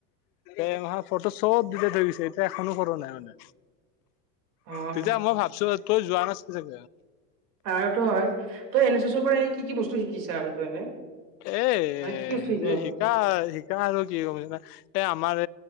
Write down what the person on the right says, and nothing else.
অ
আৰুটো হয় তই এন এছ এছৰ পৰা এনে কি কি বস্তু শিকিছা আৰু তই এনে।
মানে কি কি বস্তু
শিকিব